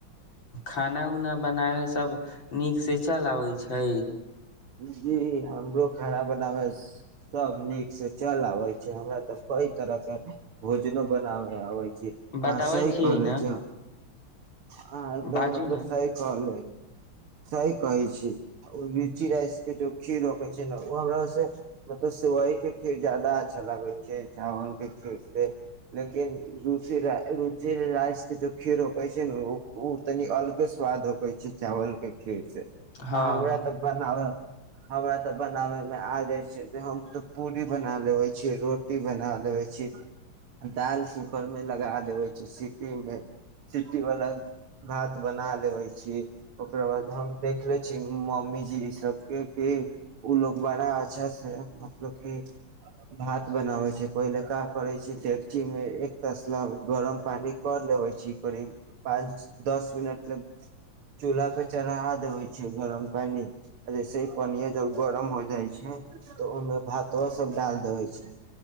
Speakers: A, on the left; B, on the right.
A: खाना-उना बनाबै सभ नीकसँ चल आबै छै।
B: जी हमरो खाना बनावे सब नीक से चल आबे छै, हमरा तऽ कई तरह के भोजनों बनाव आबे छै।
A: बताबै
B: आ सही
A: छियै
B: करले
A: न
B: छै। हँ एकदम
A: बाजू
B: मतलब
A: न
B: सही कहलै। सही कहै छी, लीची राइस के जो खीर रकै छै ने ओ हमरा से मतलब सेवइ के खीर ज्यदा अच्छा लागै छै, चावल के खीर से लेकिन रूचि राइस के जो खीर छै। ओ तनि अलगस। स्वाद होक छै चावल के खिर से
A: हँ
B: आ हमरा तऽ बनाब। हमरा तऽ बनाबयमे आ जाइ छै ते हम तऽ पूरी बना लेबै छीै रोटी बना लेबै छी दालि कूकरमे लगा देबै छीै सीटीमे सिटीवला भात बना लेबै छी ओकरा बाद हम देख ले छी मम्मीजी सबके कि ओ लोग बड़ा अच्छासे मतलब कि भात बनाबै छै पहिले का करै छै डेकचीमे एक तसला गरम पानी कर लेबै छी करीब पाँच दस मिनटल चूल्हापे चढ़ा देबै छै गरम पानि आ जैसेही पनीया जब गरम हो जाइ छै तऽ ओहमे भातवा सब डालि देबै छै